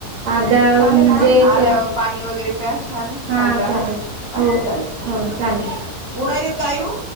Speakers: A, on the right; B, on the left.
A: अर्धा
B: चालेल
A: म्हणजे
B: मग आल्यावर
A: तर
B: पाणी वगैरे प्या छान
A: हां
B: छान रहा
A: चालेल
B: हा
A: हो
B: चालेल ह,
A: हो चालेल
B: उडायत काय ओ